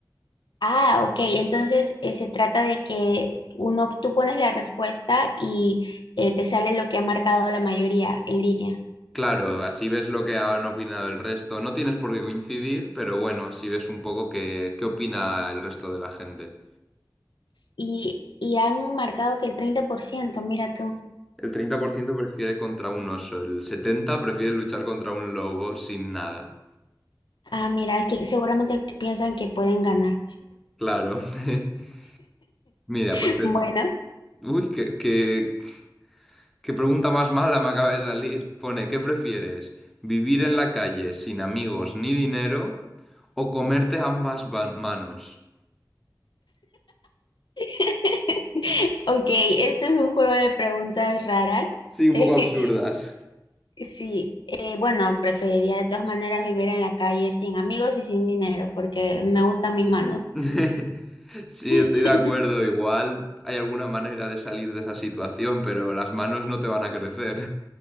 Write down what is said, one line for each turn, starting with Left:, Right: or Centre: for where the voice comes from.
Left: Ah, ok. Entonces eh, se trata de que uno, tú pones la respuesta y eh, te sale lo que ha marcado la mayoría en línea.
Centre: Claro, así ves lo que han opinado el resto. No tienes por qué coincidir, pero bueno, así ves un poco qué, qué opina el resto de la gente.
Left: Y, y han marcado que el treinta por ciento. mira tú.
Centre: El 30% prefiere contra un oso, el 70% prefiere luchar contra un lobo sin nada.
Left: Ah, mira, es que seguramente piensan que pueden ganar.
Centre: Claro. <laughs> Mira,
Left: <laughs>
Centre: pues te...
Left: Bueno,
Centre: Uy, qué, qué- qué pregunta más mala me acaba de salir. Pone, ¿qué prefieres? ¿Vivir en la calle sin amigos ni dinero o comerte ambas van- manos?
Left: <laughs> ok, esto es un juego de preguntas raras.
Centre: Sí,
Left: <laughs>
Centre: un poco absurdas.
Left: sí, eh, bueno, preferiría de todas maneras vivir en la calle sin amigos y sin dinero porque me gustan mis manos.
Centre: <laughs> Sí,
Left: <laughs>
Centre: estoy de acuerdo. Igual hay alguna manera de salir de esa situación, pero las manos no te van a crecer.